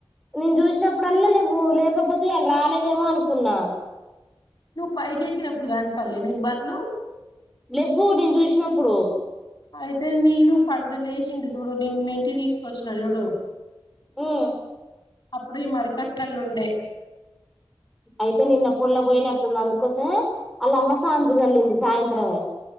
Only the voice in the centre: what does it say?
నేను చూసినప్పుడల్ల లేవ్వు లేకపోతె ఇయాల రాలేదేమో అనుకున్నా
లెవ్వు నేను చూసినప్పుడు
మ్మ్
అయితే నిన్న పుల్ల పోయినట్టుంది అందుకోసమే అళ్ అమ్మ సానుభజల్లింది సాయంత్రమే